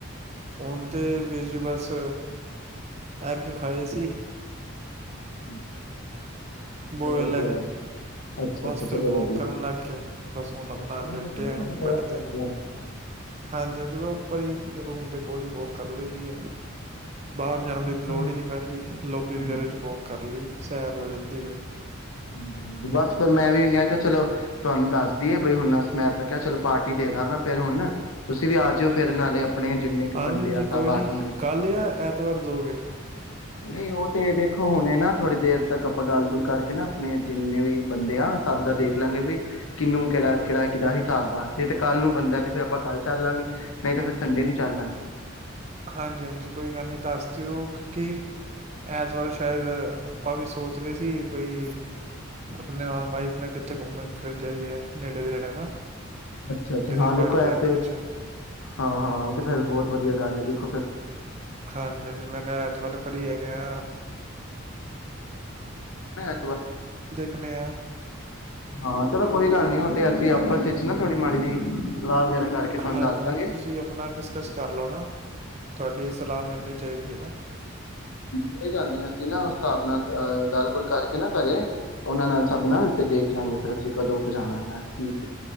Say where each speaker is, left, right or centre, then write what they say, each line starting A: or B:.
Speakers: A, on the right; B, on the left.
A: ਉਹਦੇ ਵਿੱਚ ਬਸ ਐਗ ਖਾਏ ਸੀ।
B: <inaudible>
A: ਬੋਏਲ
B: ਵਧੀਆ
A: ਐਗ
B: ਆ ਅੱਛਾ
A: ਬਸ
B: ਅੱਛਾ ਚਲੋ
A: ਫਿਰ ਬੋਕ
B: ਵਧੀਆ
A: ਕਰਨ ਲੱਗ ਗਿਆ ਬਸ ਹੁਣ ਆਪਣਾ
B: ਅੱਛਾ ਅੱਛਾ
A: ਲੇਟੇ
B: ਤੁਸੀਂ ਵੀ
A: ਆ
B: ਹੁਣ ਵੋਕ
A: ਬੈਡ
B: ਕਰਦੇ
A: ਤੇ
B: ਹੋ?
A: ਹਾਂਜੀ ਹਾਂਜੀ ਮੈਂ ਉੱਪਰ ਹੀ। ਤੇ ਰੂਮ ਦੇ ਕੋਲ ਹੀ ਬੋਕ ਕਰ ਲਈ ਦੀ ਹੈ। ਬਾਹਰ ਜਾਣ
B: ਬਸ
A: ਦੀ ਲੋੜ
B: ਹਾਂਜੀ
A: ਹੀ ਨਹੀਂ ਪੈਂਦੀ ਲੋਬੀ ਵਗੈਰੇ
B: ਹਾਂਜੀ
A: ਚ ਵੋਕ ਕਰ ਲਈ ਸੈਰ ਹੋ ਜਾਂਦੀ ਹੈ।
B: ਹਾਂਜੀ ਹਾਂਜੀ ਬਸ ਫਿਰ ਮੈਂ ਵੀ ਮੈਂ ਕਿਹਾ ਚਲੋ। ਤੁਹਾਨੂੰ ਦੱਸਦੀਏ ਬਈ ਹੁਨ। ਮੈਂ ਫੇਰ ਕਿਹਾ ਚਲੋ ਪਾਰਟੀ ਦੇ ਦਾਂਗਾ ਫੇਰ ਹੁਨ ਤੁਸੀ ਵੀ ਆ ਜਾਓ ਫੇਰ ਨਾਲੇ। ਆਪਣੇ ਜਿੰਨੇ ਕ
A: ਹਾਂਜੀ
B: ਬੰਦੇ
A: ਹਾਂਜੀ
B: ਆ ਸਭ
A: ਕੋਈ ਨੀ
B: ਆ ਜਉਗੇੰ।
A: ਕੱਲ ਜਾਂ ਐਤਵਾਰ ਦੋਗੇ
B: ਨਹੀਂ ਉਹ ਤੇ ਦੇਖੋ ਹੁਨੇ ਨਾ ਥੋੜੀ ਦੇਰ ਤੱਕ। ਆਪਾਂ ਗੱਲ ਗੁੱਲ ਕਰਕੇ ਨਾ ਆਪਨੇ ਜਿੰਨੇ ਵੀ ਬੰਦੇ ਆ ਸਭ ਦਾ ਦੇਖ ਲਾਂਗੇ ਬਈ ਕਿਹਨੂੰ ਕਿਹੜਾ ਕਿਹੜਾ ਕਿਦਾ ਹਿਸਾਬ ਆ ਜੇ ਤੇ ਕੱਲ ਨੂੰ ਬੰਦਾ ਤੇ ਫਿਰ ਆਪਾਂ ਕੱਲ ਚੱਲ ਲਾਂਗੇ ਨਹੀਂ ਤੇ ਫਿਰ ਸੰਡੇ ਨੂੰ ਚੱਲ ਲਾਂਗੇ।
A: ਹਾਂਜੀ ਹਾਂਜੀ ਕੋਈ ਗੱਲ ਨੀ ਦੱਸ ਦਿਓ ਕਿ ਐਤਵਾਰ ਸ਼ਾਇਦ ਆਪਾਂ ਵੀ ਸੋਚ ਰਹੇ ਸੀ ਬਈ ਆਪਨੇ ਵਾਈਫ ਨੇ ਕਿੱਥੇ ਘੁੰਮਨ ਫਿਰਨ ਜਾਈਏ ਨੇੜੇ ਤੇੜੇ ਨਾ।
B: ਅੱਛਾ ਅੱਛਾ
A: ਕਿਸੇ
B: ਹਾਂ ਦੇਖੋ
A: ਪਹਾੜੀ
B: ਐ
A: ਇਲਾਕੇ
B: ਤੇ
A: ਚ
B: ਹਾਂ ਹਾਂ ਉਹ ਤੇ ਫੇਰ ਬਹੋਤ ਵਧੀਆ। ਗੱਲ ਹੈ ਦੇਖੋ ਫਿਰ।
A: ਹਾਂਜੀ ਹਾਂਜੀ ਮੈਂ ਕਿਹਾ ਐਤਵਾਰ ਫਰੀ ਹੈਗੇ ਆ
B: <unintelligible>
A: <unintelligible> ਹਾਂ।
B: ਹਾਂ ਚਲੋ ਕੋਈ ਗੱਲ ਨੀ ਉਹ ਤੇ ਅਸੀਂ ਆਪਸ ਵਿੱਚ ਨਾ ਥੋੜ੍ਹੀ ਮਾੜੀ ਜੀ ਸਲਾਹ ਵਗੈਰਾ ਕਰਕੇ ਤੁਹਾਨੂੰ
A: ਹਾਂਜੀ,
B: ਦੱਸ
A: ਹਾਂਜੀ
B: ਦਾਂਗੇ
A: ਤੁਸੀਂ ਆਪਨਾ ਡਿਸਕਸ ਕਰ ਲਓ ਨਾ ਤੁਹਾਡੀ ਸਲਾਹ ਮਿਲਨੀ ਚਾਹੀਦੀ। <unintelligible>
B: ਕੋਈ ਗੱਲ ਨੀ ਅਸੀਂ ਨਾ ਉਸ ਹਿਸਾਬ ਨਾਲ ਅਹ ਗੱਲ, ਗੁੱਲ ਕਰਕੇ ਨਾ ਘਰੇ ਉਹਨਾਂ ਨਾਲ ਸਭ ਨਾਲ ਤੇ ਦੇਖ ਲਾਂਗੇ ਫੇਰ ਅਸੀਂ ਕਦੋਂ ਕੁ ਜਾਣਾ ਹੈ ਕ